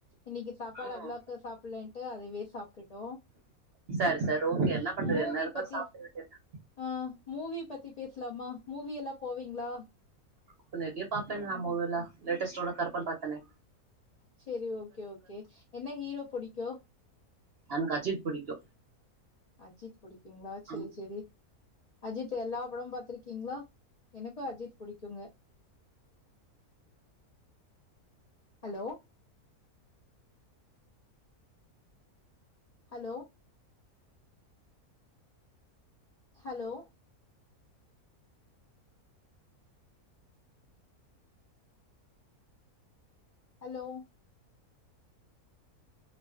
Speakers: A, on the left; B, on the right.
A: இன்னைக்கி சாப்பாடு
B: ம்
A: அவ்ளக்கு சாப்டலண்ட்டு அதுவே சாப்ட்டுட்டோ
B: சார் ஓகே என்ன பண்றது
A: மூவி
B: என்ன இருக்க
A: பத்தி
B: சாப்ட வேண்டியதா
A: ஆ மூவி பத்தி பேசல்லாமா மூவி எல்லா போவீங்களா
B: முன்னருக்கே பாப்பேன் நா மூவில லேட்டஸ்டோட கருப்பன் பாத்தேனே
A: சேரி ஓகே ஓகே என்ன ஹீரோ புடிக்கு
B: எனக் அஜித் புடிக்கு
A: அஜித் புடிக்கீங்ளா செரி
B: ஆமா
A: செரி அஜித் எல்லா படமும் பாத்திருக்கீகளா எனக்கு அஜித் புடிக்குங்க hello hello hello hello